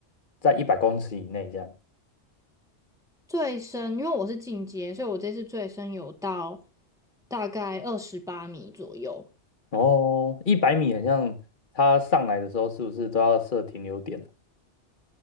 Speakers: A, on the left (about 45°); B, in the centre.
A: 在一百公尺以内这样？
B: 最深，因为我是进阶，所以我这次最深有到大概二十八米左右。
A: 哦，一百米好像它上来的时候是不是都要设停留点呢